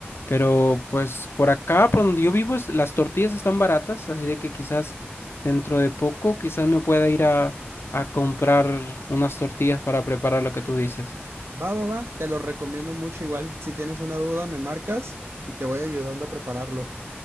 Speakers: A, on the left; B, on the right.
A: Pero pues por acá, por donde yo vivo, es- las tortillas están baratas, así de que quizás dentro de poco, quizás me pueda ir a, a comprar unas tortillas para preparar lo que tú dices.
B: Va, va, va, te lo recomiendo mucho. Igual, si tienes una duda, me marcas y te voy ayudando a prepararlo.